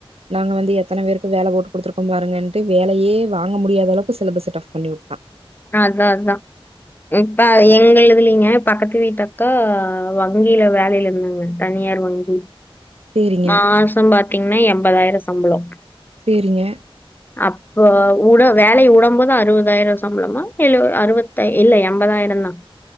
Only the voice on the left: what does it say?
அதான் அதான் இப்ப எங்க இதுஇல்லங்க பக்கத்து விட்டக்கா வங்கியில வேலில நின்ன தனியார் வங்கி
மாசம்பத்தி த்தீங்கன்னா எண்பதாயிரம் சம்பளம்
அப்போ உட வேலவுடும் போது அறுபதாயிரம் சம்பளமா எழு அறுபத்த இல்ல எண்பதாயிரம் தான்